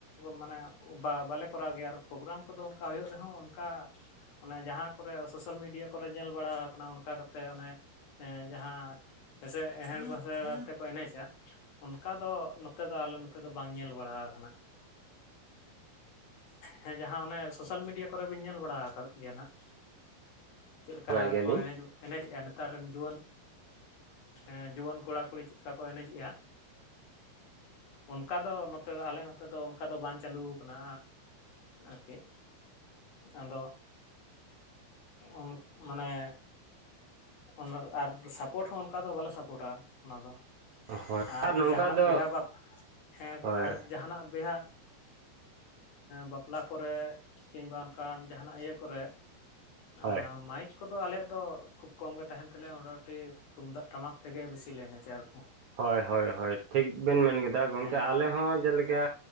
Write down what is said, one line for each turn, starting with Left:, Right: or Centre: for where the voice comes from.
Left: ᱢᱟᱱᱮ ᱵᱟ ᱵᱟᱞᱮ ᱠᱚᱨᱟᱣ ᱜᱮᱭᱟ, ᱟᱨ ᱯᱨᱳᱜᱨᱟᱢ ᱠᱚᱫᱚ ᱚᱱᱠᱟ ᱦᱳᱭᱳᱜ ᱨᱮᱦᱚᱸ ᱚᱱᱠᱟ ᱚᱱᱮ ᱡᱟᱦᱟᱸ ᱠᱚᱨᱮ ᱥᱳᱥᱟᱞ ᱢᱤᱰᱤᱭᱟ ᱠᱚᱨᱮ, ᱧᱮᱞ ᱵᱟᱲᱟ ᱠᱟᱱᱟ ᱚᱱᱠᱟ ᱠᱟᱛᱮᱜ ᱚᱱᱮ ᱡᱟᱦᱟᱸ ᱮᱥᱮ ᱮᱦᱮᱲ ᱜᱳᱥᱮᱲ ᱟᱛᱮᱠᱚ ᱮᱱᱮᱪᱽ ᱪᱟ᱾ ᱚᱱᱠᱟ ᱫᱚ ᱱᱚᱛᱮ ᱫᱚ, ᱟᱞᱮ ᱱᱚᱛᱮ ᱫᱚ, ᱵᱟᱝ ᱧᱮᱞ ᱵᱟᱲᱟ ᱠᱟᱱᱟ᱾ ᱦᱮᱸ ᱡᱟᱦᱟᱸ ᱚᱱᱮ ᱥᱳᱥᱟ ᱥᱳᱥᱟᱞ ᱢᱤᱰᱤᱭᱟ ᱠᱚᱨᱮ ᱵᱤᱱ ᱧᱮᱞ ᱵᱟᱲᱟ ᱠᱟᱜ ᱜᱮᱭᱟ ᱱᱟᱷᱟᱜ, ᱪᱮᱫ ᱞᱮᱠᱟ
Right: ᱵᱟᱲᱟᱭ ᱜᱮᱭᱟᱞᱤᱧ
Left: ᱠᱚ ᱮᱱᱮᱡ ᱮᱱᱮ ᱡᱮᱜᱼᱟ, ᱱᱮᱛᱟᱨ ᱨᱮᱱ ᱡᱩᱣᱟᱹᱱ ᱦᱮᱸ ᱡᱩᱣᱟᱹᱱ ᱠᱚᱲᱟᱼᱠᱩᱲᱤ ᱪᱮᱫᱠᱟ ᱠᱚ ᱮᱱᱮᱡ ᱡᱮᱜᱼᱟ? ᱚᱱᱠᱟ ᱫᱚ, ᱱᱚᱛᱮ ᱫᱚ, ᱟᱞᱮ ᱱᱚᱛᱮ ᱫᱚ ᱠᱟ ᱫᱚ ᱵᱟᱝ ᱪᱟᱹᱞᱩ ᱠᱟᱱᱟ ᱟᱨᱠᱤ᱾ ᱟᱫᱚ ᱩᱱ ᱢᱟᱱᱮ ᱚᱱᱟ ᱟᱨ ᱥᱟᱯᱳᱴ ᱦᱚᱸ, ᱚᱱᱠᱟ ᱫᱚ ᱵᱟᱞᱮ ᱥᱟᱯᱚᱴᱟ ᱚᱱᱟ ᱫᱚ᱾
Right: ᱦᱳᱭ
Left: ᱟᱨ
Right: ᱱᱚᱝᱠᱟ
Left: ᱡᱟᱦᱟᱱᱟᱜ
Right: ᱫᱚ
Left: ᱵᱤᱦᱟᱹ, ᱵᱟᱯ ᱦᱮᱸ
Right: ᱦᱳᱭ
Left: ᱟᱨ ᱡᱟᱦᱟᱱᱟᱜ ᱵᱤᱦᱟ ᱵᱟᱯᱞᱟ ᱠᱚᱨᱮ, ᱠᱤᱝᱵᱟ ᱚᱱᱠᱟᱱ ᱡᱟᱦᱟ ᱱᱟᱜ ᱤᱭᱟᱹ ᱠᱚᱨᱮ
Right: ᱦᱳᱭ
Left: ᱟᱸ ᱢᱟᱭᱤᱠ ᱠᱚᱫᱚ ᱟᱞᱮᱭᱟᱜ ᱫᱚ ᱠᱷᱩᱵ ᱠᱚᱢ ᱜᱮ ᱛᱟᱦᱮᱱ ᱛᱟᱞᱮᱭᱟ, ᱢᱳᱴᱟᱢᱩᱴᱤ ᱛᱩᱢᱫᱟᱜ ᱴᱟᱢᱟᱠ ᱛᱮᱜᱮ ᱵᱮᱥᱤ ᱞᱮ ᱮᱱᱮᱡᱟ, ᱟᱨ
Right: ᱦᱚᱭ, ᱦᱚᱭ, ᱦᱚᱭ, ᱴᱷᱤᱠ ᱵᱮᱱ ᱢᱮᱱ ᱠᱮᱫᱟ ᱜᱚᱝᱠᱮ
Left: ᱦᱮᱸ
Right: ᱟᱞᱮ ᱦᱚᱸ ᱡᱮᱞᱮᱠᱟ